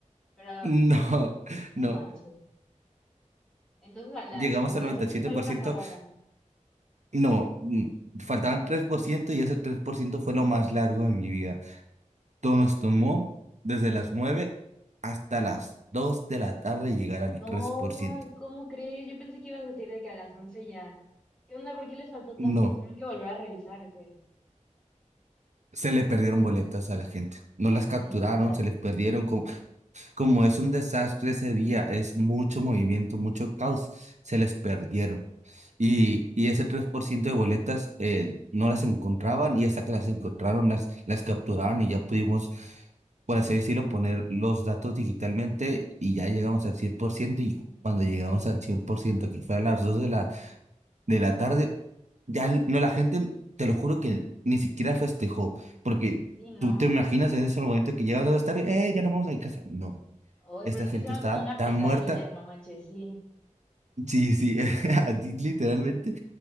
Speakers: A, in the centre; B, on the right (about 60°).
A: pero
B: No, <laughs>
A: no
B: no,
A: manches. Entonces, a la,
B: llegamos
A: o sea,
B: al
A: a las
B: noventa
A: 8
B: y siete
A: todavía
B: por
A: no
B: ciento
A: acababan.
B: No, mm, faltaban 3% y ese 3% fue lo más largo de mi vida. to- nos tomó desde las 9 hasta las 2 de la tarde llegar al
A: No,
B: tres por ciento
A: ¿cómo crees? Yo pensé que ibas a decir de que a las 11 ya. ¿Qué onda? ¿Por qué les faltó
B: No,
A: tanto? ¿Tuvieron que volver a revisar o qué?
B: se le perdieron boletas a la gente. No las capturaron,
A: Mm, ta.
B: se les perdieron. Como, como es un desastre ese día, es mucho movimiento, mucho caos, se les perdieron. Y, y ese 3% de boletas eh, no las encontraban y hasta que las encontraron, las, las capturaron y ya pudimos por así decirlo, poner los datos digitalmente y ya llegamos al cien por ciento y cuando llegamos al cien por ciento que fue a las 2 de la, de la tarde, ya l- no la gente, te lo juro que ni siquiera festejó, porque
A: Sí, no.
B: tú te imaginas en ese momento que llegas a las tarde, eh, ya nos vamos a mi casa. No,
A: Hoy,
B: esta
A: pero es
B: gente
A: que suena
B: estaba
A: como una
B: tan
A: pesadilla,
B: muerta.
A: no manches, sí.
B: Sí, sí, <laughs> así literalmente